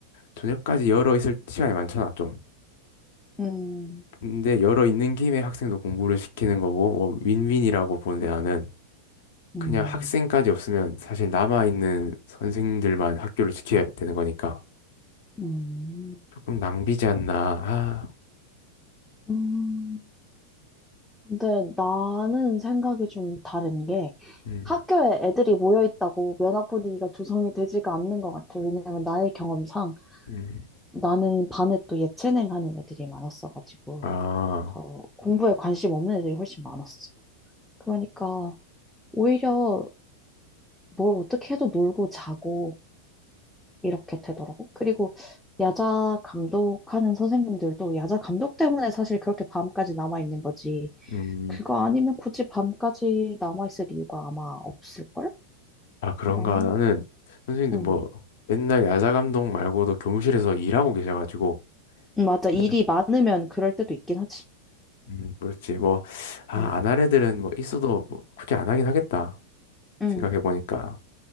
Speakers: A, on the left; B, in the centre.
A: 저녁까지 열어 있을 시간이 많잖아, 좀.
B: 음,
A: 근데 열어 있는 김에 학생도 공부를 시키는 거고, 뭐, 윈윈이라고 보는데 나는
B: 음,
A: 그냥 학생까지 없으면 사실 남아있는 선생님들만 학교를 지켜야 되는 거니까
B: 음,
A: 조금 낭비지 않나. 아,
B: 음. 근데 나는 생각이 좀 다른 게
A: 음,
B: 학교에 애들이 모여 있다고 면학 분위기가 조성이 되지가 않는 것 같아요. 왜냐면 나의 경험상
A: 음,
B: 나는 반에 또 예체능 하는 애들이 많았어가지고
A: 아,
B: 더 공부에 관심 없는 애들이 훨씬 많았어. 그러니까 오히려 뭘 어떻게 해도 놀고 자고 이렇게 되더라고. 그리고 야자 감독하는 선생님들도 야자 감독 때문에 사실 그렇게 밤까지 남아 있는 거지.
A: 음,
B: 그거 아니면 굳이 밤까지 남아 있을 이유가 아마 없을걸?
A: 아, 그런가.
B: 그래서 나는
A: 나는 선생님들
B: 응.
A: 뭐, 맨날 야자 감독 말고도 교무실에서 일하고 계셔가지고,
B: 음, 맞아.
A: 그냥,
B: 일이 많으면 그럴 때도 있긴 하지.
A: 음, 그렇지. 뭐, 아,
B: 응,
A: 안 할 애들은 뭐, 있어도 뭐 굳이 안 하긴 하겠다.
B: 응,
A: 생각해보니까.